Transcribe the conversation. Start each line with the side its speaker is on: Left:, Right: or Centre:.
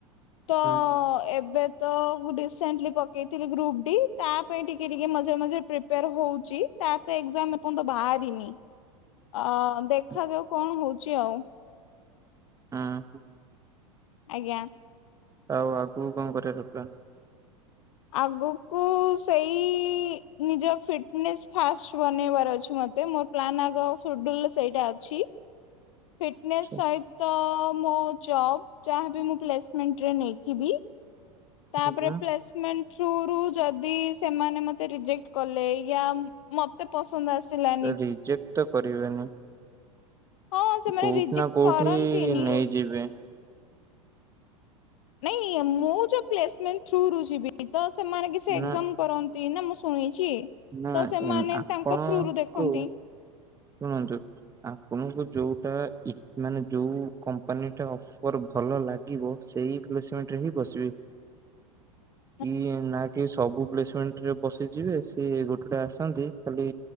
Left: ତ
Right: ହୁଁ ହୁଁ
Left: ଏବେ ତ ମୁଁ ରିସେଣ୍ଟଲି ପକେଇଥିଲି ଗ୍ରୁପ ଡି ତା ପାଇଁ ଟିକେ ଟିକେ ମଝିରେ ମଝିରେ ପ୍ରିପେୟାର ହଉଛି। ତା ତ ଏକ୍ଜାମ ଏପର୍ଯ୍ୟନ୍ତ ବାହାରିନି ଅ ଦେଖାଯାଉ
Right: ହୁଁ
Left: କଣ ହଉଛି ଆଉ।
Right: ହଁ।
Left: ଆଜ୍ଞା।
Right: ଆଉ ଆଗକୁ କଣ କରିଆର ପ୍ଲାନ?
Left: ଆଗକୁ ସେଇ ନିଜ ଫିଟନେସ୍ ଫାଷ୍ଟ ବନେଇବାର ଅଛି ମତେ ମୋର ପ୍ଲାନ ଆଗ ଶୁଡ୍ୟୁଲ ସେଇଟା ଅଛି। ଫିଟନେସ୍
Right: ଆଚ୍ଛା
Left: ସହିତ ମୋ ଜବ୍ ଯାହାବି ମୁଁ ପ୍ଲେସମେଣ୍ଟରେ ନେଇଥିବି। ତାପରେ
Right: ହୁଁ
Left: ପ୍ଲେସମେଣ୍ଟ ଥ୍ରୁ ରୁ ଯଦି ସେମାନେ ମତେ ରିଜେକ୍ଟ କଲେ ୟାମ ମତେ ପସନ୍ଦ ଆସିଲାନି।
Right: ରିଜେକ୍ଟ ତ କରିବେନି।
Left: ହଁ ସେମାନେ
Right: କୋଉଠି
Left: ରିଜେକ୍ଟ
Right: ନା କୋଉଠି
Left: କରନ୍ତିନି।
Right: ନେଇଯିବେ।
Left: ନାଇଁ ମୁଁ ଯୋଉ ପ୍ଲେସମେଣ୍ଟ ଥ୍ରୁ ରୁ ଯିବି ତ ସେମାନେ କିଛି ଏକଜାମ
Right: ନା
Left: କରନ୍ତି ନା ମୁଁ ଶୁଣିଛି
Right: ନା
Left: ତ ସେମାନେ
Right: ଏମ୍ ଆପଣଙ୍କୁ
Left: ତାଙ୍କ ଥ୍ରୁରୁ ଦେଖନ୍ତି।
Right: ଶୁଣନ୍ତୁ। ଆପଣଙ୍କୁ ଯୋଉଟା ଇ ମାନେ ଯୋଉ କମ୍ପାନୀ ଟା ଅଫର ଭଲ ଲା ଗି ବୋହୁତ ସେଇ ପ୍ଲେସମେଣ୍ଟଟରେ ହଁ ବସିବି।
Left: <unintelligible>
Right: କି ନା କି ସବୁ ପ୍ଲେସମେଣ୍ଟ ରେ ବସି ଯିବେ ସି ଗୋଟେଟେ ଆସନ୍ତି ଖାଲି